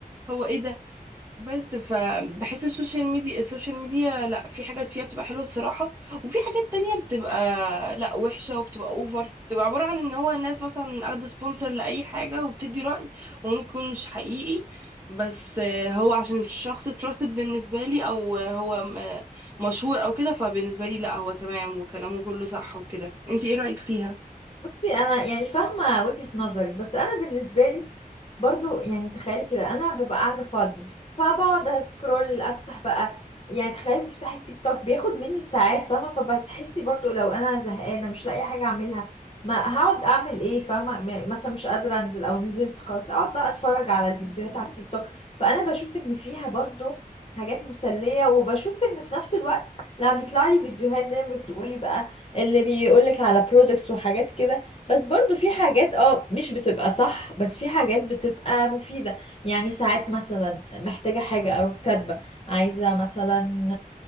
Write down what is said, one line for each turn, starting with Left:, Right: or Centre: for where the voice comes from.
Right: هو ايه ده بس فبحس السوشيال ميديا السوشيال ميديا لا في حاجات فيها بتبقى حلوة الصراحة وفي حاجات تانية بتبقى لا وحشة وبتبقى اوفر بتبقى عبارة عن ان هو الناس مثلا اخده سبونسر لأي حاجة وبتدي رأي وممكن مش حقيقي بس آه، هو عشان الشخص تراستد بالنسبة لي او آه، هو م- آه، مشهور او كده فبالنسبة لي لا هو تمام وكلامه كله صح وكده انتي ايه رأيك فيها
Left: بصي انا يعني فاهمه وجهه نظرك بس انا بالنسبه لي برضو يعني تخيلي كده انا ببقى قاعده فاضيه فبقعد اسكرول افتح بقى يعني تخيلي تفتحي التيك توك بياخد مني ساعات فاهمه فبتحسي برضو لو انا زهقانه مش لاقي حاجه اعملها ما هقعد اعمل ايه فاهمه م- مثلا مش قادره انزل او نزلت خلاص اقعد بقى اتفرج على الفيديوهات على التيك توك فانا بشوف ان فيها برضو حاجات مسليه وبشوف ان في نفس الوقت لما بيطلع لي فيديوهات زي ما بتقولي بقى اللي بيقولك على برودكتس وحاجات كده بس برضو في حاجات اه مش بتبقى صح بس في حاجات بتبقى مفيدة يعني ساعات مثلا محتاجة حاجة اروح كاتبة عايزة مثلا